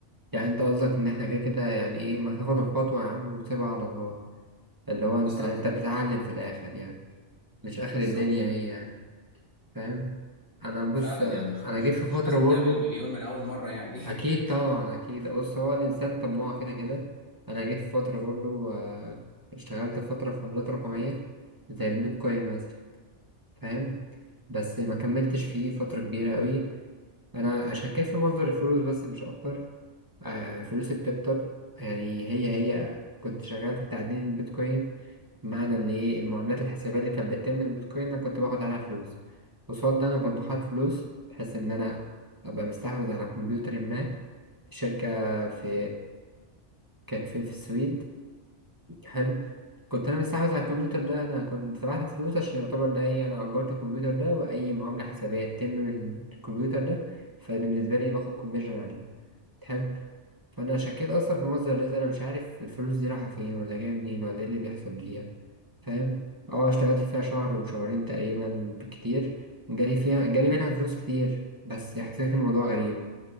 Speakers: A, on the right; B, on the left.
A: يعني انت قصدك ان احنا كده كده يعني ايه ما تاخد الخطوة يا عم وسيبها على الله اللي هو انت
B: بالظبط
A: انت
B: كده
A: بتتعلم في الاخر يعني مش اخر
B: بالظبط
A: الدنيا هي يعني فاهم انا بص
B: فعلا
A: انا
B: يعني مش مش
A: جيت في
B: مش
A: فترة
B: لازم
A: برضو
B: تعمل مليون من اول مرة يعني
A: اكيد
B: <laughs>
A: طبعا اكيد بص هو الانسان طماع كده كده انا جيت في فترة برضو آه، اشتغلت فترة في عملات رقمية زي البيتكوين مثلا فاهم بس ما كملتش فيه فترة كبيرة قوي انا شكيت في مصدر الفلوس بس مش اكتر آه، فلوسي بتكتر يعني هي هي كنت شغال في تعدين البيتكوين بمعنى ان ايه المعاملات الحسابية اللي كانت بتتم بالبيتكوين انا كنت باخد عليها فلوس قصاد ده انا كنت حاطط فلوس بحيث ان انا ابقى مستحوذ على كمبيوتر ما شركة في كانت فين في السويد حلو كنت انا مستحوذ على الكمبيوتر ده انا كنت دفعت فلوس عشان يعتبر ده ايه انا اجرت الكمبيوتر ده واي معاملة حسابية تتم من الكمبيوتر ده فبالنسبة لي باخد كوميشن عليها حلو فانا شكيت اصلا في مصدر الرزق انا مش عارف الفلوس دي رايحه فين ولا جايه منين ولا ايه اللي بيحصل فيها فاهم اه اشتغلت فيها شهر وشهرين تقريبا بكتير جالي فيها جالي منها فلوس كتير بس حسيت الموضوع غريب